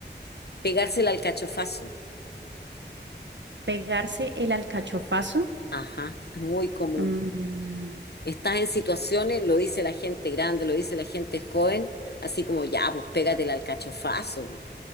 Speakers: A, on the left (about 65°); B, on the right (about 80°).
A: pegarse el alcachofazo.
B: Pegarse el alcachofazo.
A: Ajá, es muy común.
B: mm,
A: Estás en situaciones, lo dice la gente grande, lo dice la gente joven, así como ya, pues pégate el alcachofazo.